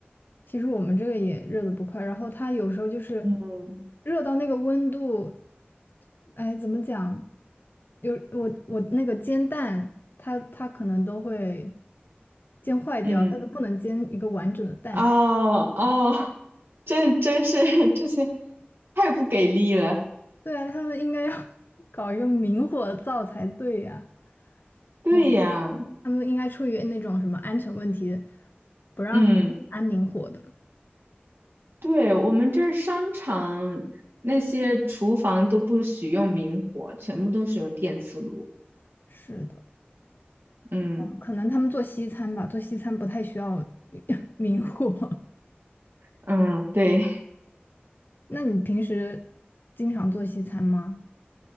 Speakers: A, on the left; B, on the right.
A: 其实我们这个也热的不快，然后它有时候就是
B: 嗯，
A: 热到那个温度，哎，怎么讲？有我我那个煎蛋，它它可能都会煎坏掉，
B: 嗯，
A: 它都不能煎一个完整的蛋出来。
B: 哦哦，
A: <laughs>
B: 真真是 <laughs> 这些太不给力了。
A: 对啊，他们应该要 <laughs> 搞一个明火灶才对呀、
B: 对呀，
A: 那他们应该出于那种什么安全问题，不让安明火的。
B: 嗯，对，我们这儿商场那些厨房都不许用明火，全部都是用电磁炉。
A: 是的，
B: 嗯
A: 可能他们做西餐吧，做西餐不太需要 <laughs> 明火。
B: 嗯，对，
A: 那你平时经常做西餐吗？